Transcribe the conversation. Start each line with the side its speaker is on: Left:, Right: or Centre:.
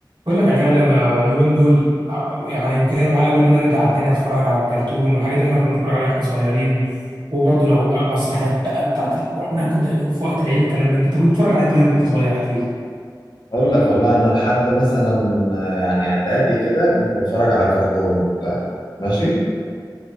Right: بقول لك يا غالي انا اليومين دول يعني جاي معايا قوي ان انا ارجع تاني اتفرج على الكرتون والحاجات اللي احنا كنا بنتفرج عليها واحنا صغيرين وبرضه لو مسرحيات بقى بتاعت ال- واحنا كنا في وقت العيد والكلام من ده انت كنت بتتفرج عليه طيب وانت صغير احكي لي
Left: اقول لك والله انا لحد مثلا آه، يعني اعدادي كده كنت بتفرج على كرتون وبتاع ماشي